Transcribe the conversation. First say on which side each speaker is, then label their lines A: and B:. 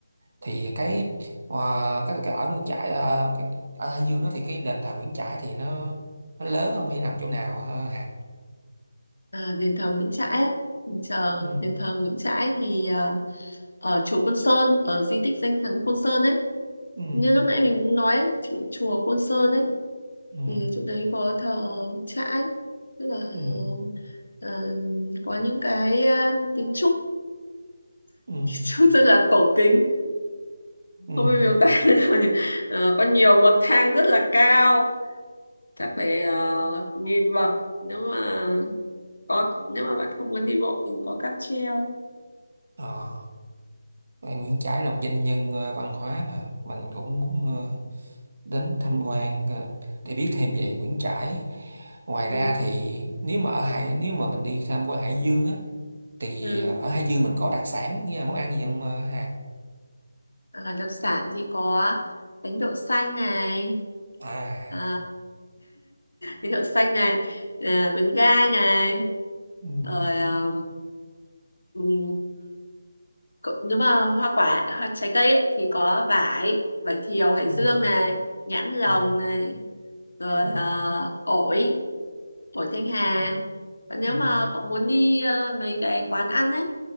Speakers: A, on the right; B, on the left.
A: thì cái ờ, cái, cái ở Nguyễn Trãi là cái, ở Hải Dương đó thì cái đền thờ Nguyễn Trãi thì nó nó lớn không hay nằm chỗ nào hả Hà?
B: à, đền thờ Nguyễn Trãi á. Mình chờ
A: ừ.
B: đền thờ Nguyễn Trãi thì à, ở chùa Côn Sơn ở di tích danh thắng Côn Sơn ấy
A: Ừ.
B: như lúc nãy mình cũng nói ấy, chùa, chùa Côn Sơn ấy
A: Ừ.
B: thì chỗ đấy có thờ Nguyễn Trãi tức là ờ,
A: Ừ.
B: ờ, có những cái um, kiến trúc
A: Ừ.
B: <laughs> trông rất là cổ kính
A: Ừ.
B: không biết miêu tả <laughs> thế nào nhỉ Ờ, có nhiều bậc thang rất là cao chắc phải ờ, nghìn bậc nếu mà có nếu mà bạn không muốn đi bộ thì có cáp treo
A: Ờ. Ờ, Nguyễn Trãi là một doanh nhân ờ, văn hóa mà mình cũng muốn ờ, đến tham quan ờ, để biết thêm về Nguyễn Trãi. Ngoài ra
B: ừ.
A: thì nếu mà ở Hải nếu mà mình đi tham quan Hải Dương á thì
B: Ừ.
A: ờ, ở Hải Dương mình có đặc sản như là món ăn gì không ờ, Hà?
B: À, đặc sản thì có bánh đậu xanh này
A: À.
B: à, bánh đậu xanh này à, bánh gai này
A: Ừ.
B: rồi à, ừm, Cậu- nếu mà hoa quả hoa trái cây ấy thì có vải vải thiều hải
A: Ừ.
B: dương này nhãn lồng
A: Ừ.
B: này rồi
A: Ừ.
B: ờ, ổi Tuổi thanh hà
A: Ừ.
B: và nếu
A: Ừ.
B: mà cậu muốn đi ờ, mấy cái quán ăn ấy